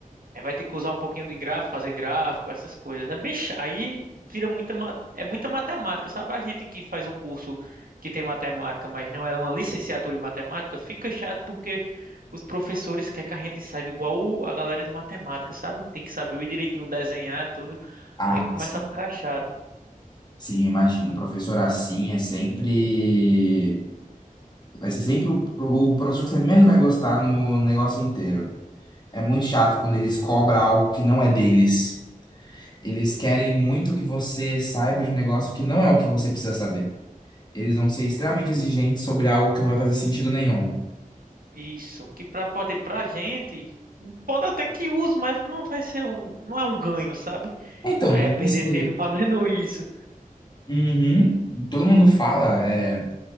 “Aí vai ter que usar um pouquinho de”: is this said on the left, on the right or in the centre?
Right